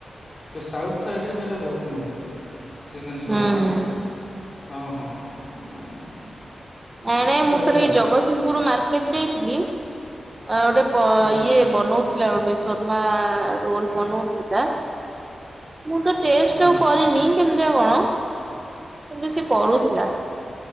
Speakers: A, on the left; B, on the right.
A: ସେ ସାଉଥ୍ ସାଇଡ଼ରେ ସେଇଟା ବହୁତ ମିଳେ ଚିକେନ ଶର୍ମା।
B: ହୁଁ ହୁଁ।
A: ହଁ ହଁ।
B: ନାଇଁ ନାଇଁ ମୁଁ
A: ବଢ଼ିଆ
B: ଥରେ
A: ଲାଗେ
B: ଏଇ ଜଗତସିଂହପୁର ମାର୍କେଟ ଯାଇଥିଲି ଗୋଟେ
A: ହଁ।
B: ଇଏ ବନଉଥିଲା ଗୋଟେ ଶର୍ମା ରୋଲ ବନଉଥିଲା। ମୁଁ ତ ଟେଷ୍ଟ
A: ହଁ
B: ଆଉ କରିନି କେମିତିଆଉ କଣ କିନ୍ତୁ ସେ କରୁଥିଲା।